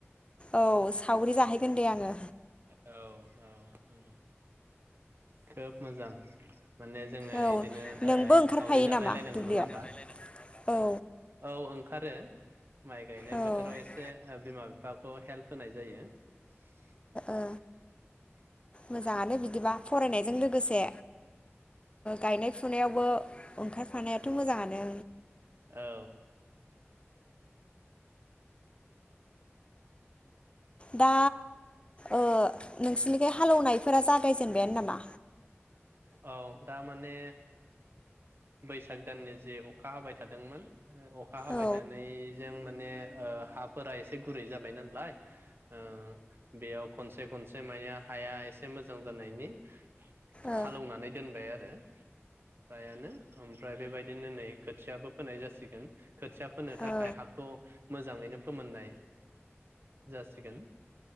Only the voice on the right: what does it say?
औ औ ओम खोब मोजां माने जोङो
इदिनो
ओ
सावरि जालायलायनांगौ
नङा होमबा
औ ओं आरो माइ गायनाय
बोथोराव एसे ओ बिमा फाखौ हेल्फ होनाय जायो <unintelligible>
औ
औ दा माने बैसाग ओ दाननि जे अखा हाबाय थादोंमोन अखा हाबाय
थानायजों माने ओ हाफोरा एसे गुरै जाबाय नालाय ओ बेयाव खनसे खनसे माने हाया एसे मोजां जानायनि
हालौनानै दोनबाय आरो फ्रायानो ओमफ्राय बेबायद बिदिनो नै खोथियाबो फोनाय जासिगोन खोथिया फोनो थाखाय
हाखौ मोजाङैनो फोमोननाय जासिगोन